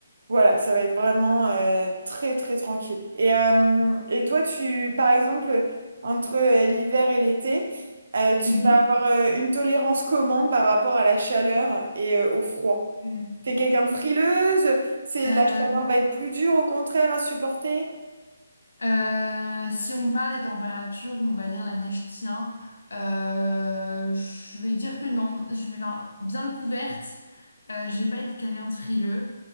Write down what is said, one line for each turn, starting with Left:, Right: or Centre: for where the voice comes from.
Right: voilà, ça va être vraiment euh, très, très tranquille. Et, euh, et toi, tu, par exemple, entre euh, l'hiver et l'été, euh, tu
Left: Mhm.
Right: vas avoir euh, une tolérance comment par rapport à la chaleur et euh, au froid?
Left: Mhm.
Right: T'es quelqu'un de frileuse? C'est,
Left: Euh,
Right: la chaleur va être plus dure, au contraire, à supporter?
Left: Euh, si on parle des températures où on va dire la neige tient, euh, je vais dire que non, je vais ben, bien couverte. Euh, je vais pas être quelqu'un de frileux.